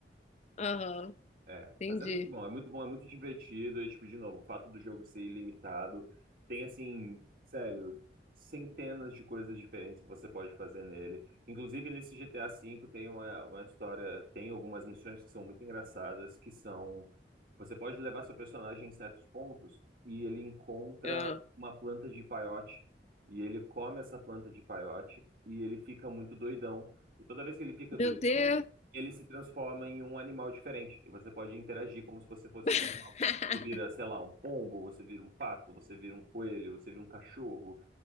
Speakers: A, on the left; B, on the right.
A: Aham,
B: É,
A: entendi.
B: mas é muito bom, é muito bom, é muito divertido. E, tipo, de novo, o fato do jogo ser ilimitado. Tem, assim, sério, centenas de coisas diferentes que você pode fazer nele. Inclusive, nesse GTA V tem uma, uma história, tem algumas missões que são muito engraçadas, que são... Você pode levar seu personagem em certos pontos e ele encontra
A: Ah,
B: uma planta de peiote. E ele come essa planta de peiote e ele fica muito doidão. E toda vez que ele fica doidão,
A: Meu Deus,
B: ele se transforma em um animal diferente e você pode interagir como se você fosse
A: <laughs>
B: esse animal. Você vira, sei lá, um pombo, você vira um pato, você vira um coelho, você vira um cachorro,